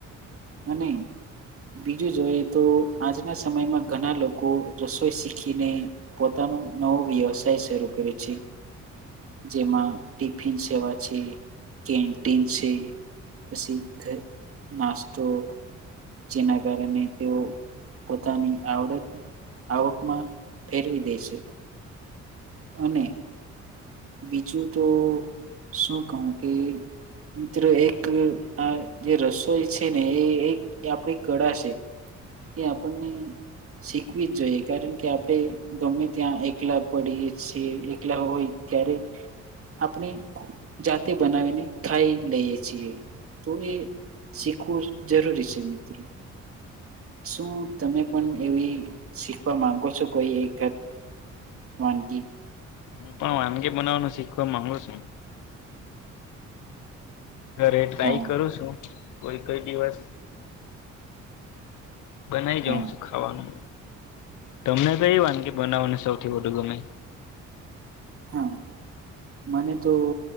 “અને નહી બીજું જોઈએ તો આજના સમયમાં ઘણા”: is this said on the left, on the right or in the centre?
Right